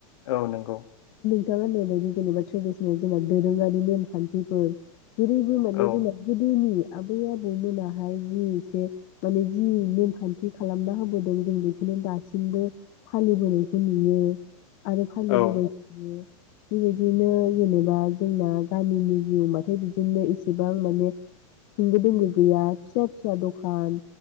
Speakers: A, on the left; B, on the left.
A: औ नंगौ
B: थाङा होननायबायदि जेनेबा ट्रेडिसिनेल जोंना दोरोङारि नेमखान्थिफोर जेरैबो माने
A: औ
B: जोंना गोदोनि आबै आबौमोनाहाय जि एसे माने जि नेमखान्थि खालामना होबोदों जों बेखौनो दासिमबो फालिबोनायखौ नुयो। आरो फालिबोबाय
A: औ
B: थायो। बेबायदिनो जेनेबा जोंना गामिनि जिउ होनबाथाय बि दिनो एसेबां माने होंगो दोंगो गैया फिसा फिसा दखान